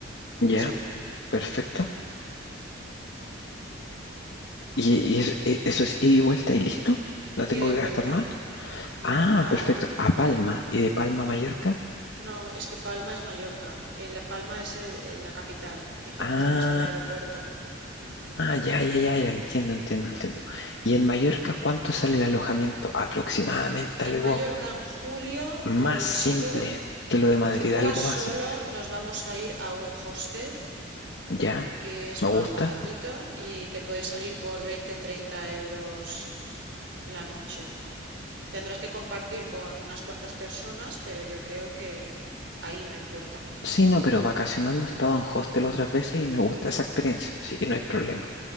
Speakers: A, on the left; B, on the right.
A: Ya,
B: Sí,
A: perfecto. ¿Y, y eso, e- eso es ida y vuelta y listo? ¿No tengo
B: ida y
A: que
B: vuelta.
A: gastar más?
B: N-
A: Ah,
B: No,
A: perfecto. A Palma. ¿Y de Palma a Mallorca?
B: no, es que Palma es Mallorca. Eh, La Palma es eh, eh, la capital. Dijéramos
A: Ah,
B: dónde está el aeropuerto. Mm.
A: ah, ya, ya, ya, ya. Entiendo, entiendo, entiendo. ¿Y en Mallorca cuánto sale el alojamiento? Aproximadamente algo
B: En Mallorca en julio,
A: más
B: eh,
A: simple
B: si tú,
A: que lo de Madrid,
B: si tú
A: algo
B: vas solo,
A: más simple.
B: nos vamos a ir a un hostel
A: ¿Ya?
B: que es
A: ¿Me gusta?
B: más baratito y te puede salir por veinte treinta euros la noche. Tendrás que compartir con unas cuantas personas, pero yo creo que ahí no importa.
A: Sí, no, pero vacacionando he estado en hostel otras veces y me gusta esa experiencia, así que no hay problema.